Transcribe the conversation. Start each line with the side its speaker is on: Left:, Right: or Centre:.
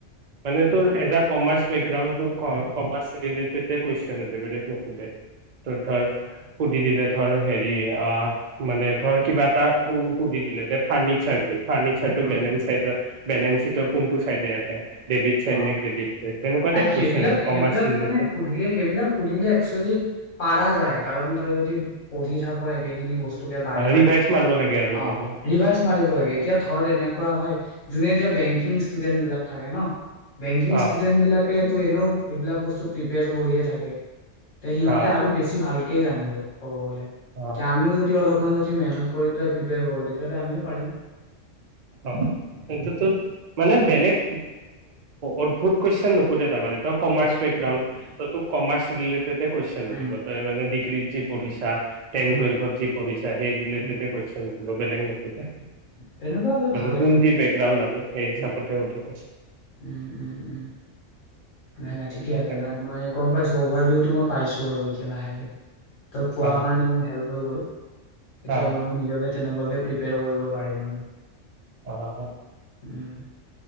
Right: মানে
Left: উম
Right: তোৰ কমাৰ্চ। বেকগ্ৰাউণ্ডটোৰ কমাৰ্চ ৰিলেটেডে প্ৰশ্ন সোধে বেলেগ নোসোধে তোমাৰ ধৰা সুধি দিলে ধৰা। হেৰি অ মানে ধৰা কিবা এটা সুধি দিলো দে ফাৰ্নিচাৰ। ফাৰ্নিচাৰটো
Left: অ
Right: বেলেঞ্চ সেইটো। বেলেঞ্চ চিটৰ কোনটো চাইডে আহে। ডেবিট চাইড
Left: অ
Right: নে ক্ৰেডিট চাইড তেনেকুৱা টাইপ
Left: সেইবিলাক
Right: কুৱেশন আৰু
Left: সেইবিলাক
Right: কমাৰ্চ ৰিলেটেড
Left: মানে সুধিলে সেইবিলাক সুধিলে একচুয়েলি। পাৰা যায় কাৰণ তই যদি। পঢ়ি থাক একেখিনি বস্তুকে বাৰে বাৰে
Right: ৰিভাইজ মাৰিব লাগে আৰু অলপমান
Left: অ ৰিভাইজ মাৰিব লাগে এতিয়া ধৰ এনেকুৱা হয় যোনে এতিয়া বেংকিং ষ্টুডেন্ট বিলাক থাকে নহ। বেংকিং
Right: অ
Left: ষ্টুডেণ্টবিলাক। তোৰ এনেও সেইবিলাক বস্তু প্ৰিপেয়াৰ কৰিয়ে থাকে। তে সিহঁতে
Right: অ
Left: আৰু বেছি ভাল। কেই জানিব ক'ব গ'লে।
Right: অ
Left: আমিও যদি অলপ। অকমান যদি মেহনত কৰি পেলাই প্ৰিপেয়াৰ কৰোঁ তেতিয়াহলে আমিও পাৰিম।
Right: অ' সেইটো মানে বেলেগ। অদ্ভুত প্ৰশ্ন নোসোধে তাৰমানে তই কমাৰ্চ বেকগ্ৰাউণ্ড তোক কমাৰ্চ ৰিলেটেড। তাতেই কুয়েশ্বন
Left: উম
Right: সুধিব তই মানে। কৃদযি পঢ়িছা। টেন
Left: উম
Right: টুয়েলভত যি পঢ়ছা সেই ৰিলেটেড
Left: উম
Right: কুয়েশ্বন। গ্লবেলিং নোসোধে।
Left: তেনেকুৱা হ'লে
Right: মানে
Left: ভাল
Right: যাৰ
Left: একচুৱেলি
Right: যি বেকগ্ৰাউণ্ড আৰু সেই হিচাপতে
Left: উম
Right: সোধে।
Left: উম উম উম নাই নাই ঠিকে
Right: কুৱেশন
Left: আছে নাই মই গম পাইছোঁ। বাৰভেউটো মই পাইছো আৰু এতিয়া লাহেকে। তই কোৱাৰ
Right: অ
Left: কাৰণে মোৰ হেল্প হৈ গ'ল। এতিয়া
Right: অ
Left: ময়ো নিজকে তেনেকুৱা ধৰণে প্ৰিপেয়াৰ কৰিব পাৰিম আৰু।
Right: অ' অ'
Left: উম।